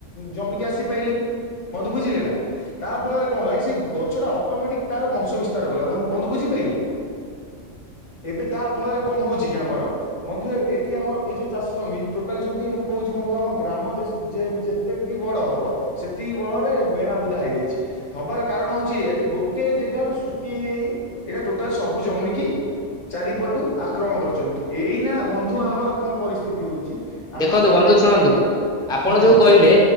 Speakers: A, on the left; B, in the centre.
A: ଜମିକି ଆସି ପାଇଲେନି ବନ୍ଧୁ ବୁଝିଲେ ନା? ତା ଫଳରେ କଣ ହେଲା କି ସେ ଗଛଟା ଅଟୋମେଟିକ୍ ତାର ବଂଶ ବିସ୍ତାର କଲା ବନ୍ଧୁ ବନ୍ଧୁ ବୁଝି ପାଇଲେ? ଏବେ ତା ଫଳରେ କଣ ହଉଛି କି ଆମର। ବନ୍ଧୁ ଏ ଏଠି ଆମର ଏଇ ଯୋଉ ଚାଷ ଜମି ଟୋଟାଲ ଯୋଉିଠୀ ମୁଁ କହୁଛି ବନ୍ଧୁ ଆମ। ଗ୍ରାମ ଯେ ଯେ ଯେତିକି ବଡ଼ ହବ ସେତିକି ବଳରେ ବେଣାବୁଦା ହେଇଯାଇଛି। ହବାର କାରଣ ହଉଛି ଏଇଆ ଯେ ଗୋଟେ ଜାଗାରୁ ସୃଷ୍ଟି ହେଇ ହେଇ ଏଇଟା ଟୋଟାଲ ସବୁ ଜମିକି। ଚାରିପଟୁ ଆକ୍ରମଣ କରଛନ୍ତି ଏଇନା ବନ୍ଧୁ ଆମର କଣ ପରିସ୍ଥିତି ହଉଛି।
B: ଦେଖନ୍ତୁ
A: ଆମେ ଜଣେ
B: ବନ୍ଧୁ ଶୁଣନ୍ତୁ
A: ଚାହିଁଲେ।
B: ଆପଣ
A: ହଁ
B: ଯୋଉ
A: ବନ୍ଧୁ
B: କହିଲେ